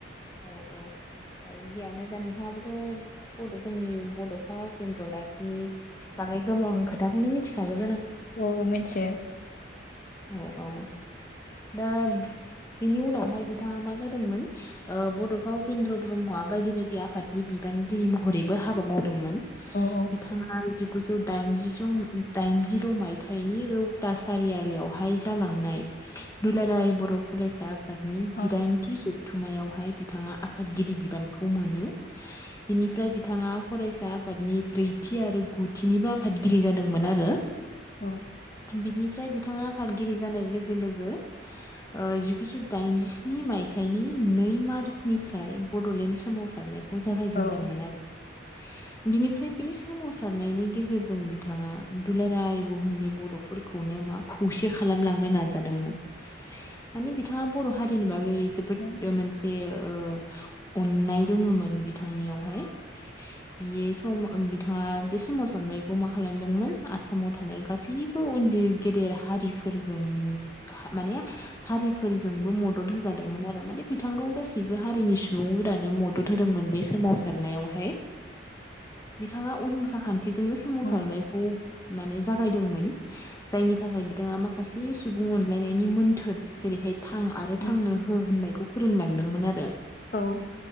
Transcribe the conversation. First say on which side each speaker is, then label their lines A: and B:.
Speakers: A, on the left; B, on the left.
A: औ औ। ओ जियानो जा नोंथाङाबोथ' बड जोंनि बड'फा उपेन्द्र नाथनि बा गोबां खोथाखौनो मिथिखागोन।
B: औ मिथियो।
A: औ औ दा बेनि उनावहाय बिथाङा मा जादोंमोन ओ बड'फा उपेन्द्र ब्रह्मआ बायदि बायदि आफादनि बिबा न महरैबो हाबा मावदोंमोन
B: औ औ
A: बिथाङा जिगुजौ दाइन दाइनजि' दाइनजिद' मायथाइनि रौता सारिआलियाव हाय जालांनाय दुलाराय बर' फरायसा आफादनि
B: अ
A: जिदाइनथि जथुमायावहाय बिथाङा आफादगिरि बिबानखौ मोनो बेनिफ्राय बिथाङा फरायसा आफादनि ब्रैथि थि आरो गुथिनिबो आफादगिरि जादोंमोन आरो।
B: औ
A: बिनिफ्राय बिथाङा आफादगिरि जानाय लोगो लोगो। ओ जिगुजौ दाइनजिस्नि मायथाइनि नै मार्चनिफ्राय बड'लेण्ड सोमावसारनाय खौ जागायजेनदोंमोन
B: औ
A: आरो।
B: <inaudible>
A: बिनिफ्राय बे सोमावसारनायनि गेजेरजों बिथाङा दुलाराय बुहुमनि बर'फोरखौ मा खौसे खालामलांनो नाजादोंमोन। मानि बिथाङा बर' हारिनि बागै जोबोद
B: उम
A: मोनसे ओ अननाय दोङोमोन बिथांनियावहाय। बियो सम बिथाङा बे सोमावसारनायखौ मा खालामदोंमोन आसामाव थानाय गासैबो उन्दै गिदेर हारिफोरजों माने हारिफोरजोंबो मदद होजादोंमोन आरो माने बिथांखौ गासैबो हारिनि सुबुंफोरानो मदद होदोंमोन बे सोमावसारनायावहाय। बिथाङा अहिंसा खान्थिजोंनो सोमावसारनायखौ
B: उम
A: माने जागायदोंमोन जायनि थाखाय बिथाङा माखासे सुबुं अनलायनायनि मोन्थोर जेरैहाय थां आरो
B: उम
A: थांनो हो होननायखौ फोरोंलांदोंमोन आरो।
B: औ